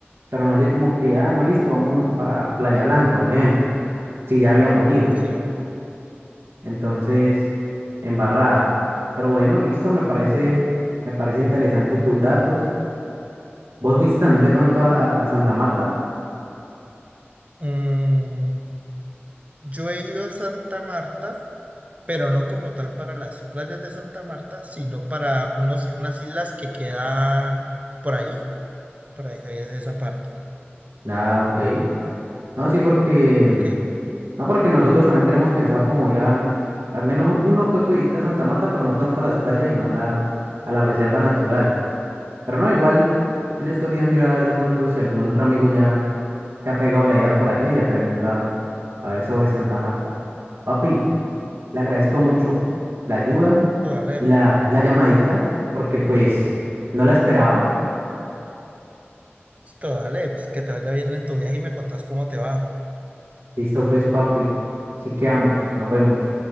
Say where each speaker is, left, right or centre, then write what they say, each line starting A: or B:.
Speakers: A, on the right (about 75°); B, on the right (about 35°).
A: pero no así como que, ah, no, listo, vámonos para Playa Blanca, un ejemplo, si ya habíamos ido,
B: sí.
A: entonces, embarrada. Pero bueno, listo, me parece, me parece interesante tus datos. ¿Vos fuiste también de pronto a, a- a Santa Marta?
B: Mm, yo he ido a Santa Marta, pero no como tal para las playas de Santa Marta, sino para unos, unas islas que quedan por ahí, por ahí, eh, esa parte.
A: Ah, ok. No, sí, porque,
B: Porque,
A: mm, no, porque nosotros también tenemos pensado como ir a, al menos uno que otro día a Santa Marta, pero no tanto a las playas, sino a la, a la reserva natural. Pero no, igual, en estos días miro a ver de pronto si algún otro amigo ya se ha pegado la idea por allá y le pregunta A ver sobre Santa Marta. Papi, le agradezco mucho la ayuda
B: esto vale,
A: y la, y la llamadita, porque pues no la esperaba.
B: esto vale, pues que te vaya bien en tu viaje y me contás cómo te va.
A: Listo, pues, papi. Así quedamos. Nos vemos.